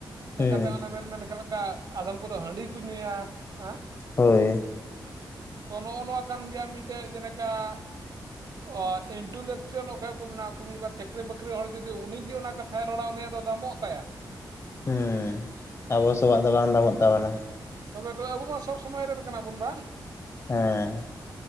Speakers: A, on the right; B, on the left.
A: ᱤᱱᱟᱹ
B: ᱦᱩᱸ
A: ᱠᱟᱛᱮ ᱚᱱᱮ ᱵᱮᱱ ᱢᱮᱱ ᱠᱮᱫ ᱞᱮᱠᱟ ᱟᱫᱚᱢ ᱠᱚᱫᱚ ᱦᱟᱺᱰᱤ ᱠᱚ ᱧᱩᱭᱟ᱾ ᱦᱟᱸ?
B: ᱦᱳᱭ
A: ᱛᱚ ᱱᱚᱜ-ᱱᱚᱣᱟ ᱠᱟᱱ ᱜᱮᱭᱟ ᱢᱤᱫᱴᱟᱹᱜ ᱡᱮᱱᱮᱠᱟ, ᱚᱣᱟ ᱤᱱᱴᱩᱞᱮᱠᱪᱚᱱ ᱚᱠᱚᱭᱟᱜ ᱠᱚ ᱢᱮᱱᱟᱜ-ᱟ ᱟᱠᱚ ᱢᱤᱫ ᱵᱟᱨ ᱪᱟᱹᱠᱨᱤ-ᱵᱟᱹᱠᱨᱤ ᱦᱚᱲ ᱡᱩᱫᱤ ᱩᱱᱤᱜᱮ ᱚᱱᱟ ᱠᱟᱛᱷᱟᱭ ᱨᱚᱲᱟ ᱩᱱᱤᱭᱟᱜ ᱫᱚ ᱫᱟᱢᱚᱜ ᱛᱟᱭᱟ᱾
B: ᱦᱤᱸ ᱟᱵᱚ ᱥᱟᱵᱟᱜ ᱫᱚ ᱵᱟᱝ ᱫᱟᱢᱚᱜ ᱛᱟᱵᱚᱱᱟ᱾
A: ᱛᱚᱵᱮ ᱛᱚᱵᱮ ᱟᱵᱚ ᱢᱟ ᱥᱚᱵᱽ ᱥᱚᱢᱚᱭ ᱨᱮᱱ ᱠᱟᱱᱟ ᱵᱚᱱ ᱵᱟᱝ?
B: ᱦᱮᱸ